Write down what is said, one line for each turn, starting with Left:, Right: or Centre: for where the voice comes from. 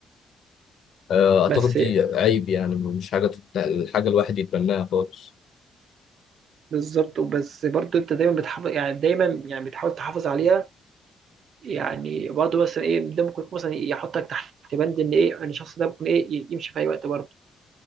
Left: آه، اعتقد
Right: بس
Left: دي عيب يعني مش حاجه تت- الحاجه الواحد يتبناها خالص
Right: بالظبط وبس برضه انت دايما بتحافظ يعني دايما يعني بتحاول تحافظ عليها يعني برضه مثلا ايه ده ممكن يكون مثلا يحطك تحت بند ان ايه ان الشخص ده ممكن ايه ي- يمشي في اي وقت برضه